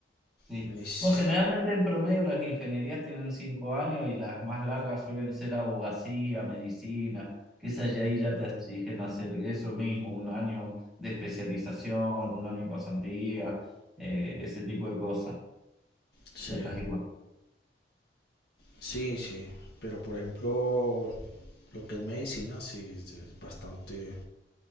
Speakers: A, in the centre; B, on the left (about 60°).
A: Sí.
B: Medic-
A: Bueno, generalmente en promedio las ingenierías tienen cinco años y las más largas suelen ser abogacía, medicina, que es allá ahí ya te exigen hacer eso mismo, un año de especialización, un año de pasantía, eh, ese tipo de cosas.
B: Sí.
A: De acá es igual.
B: Sí, sí, pero por ejemplo, lo que es medicina, sí, es es bastante,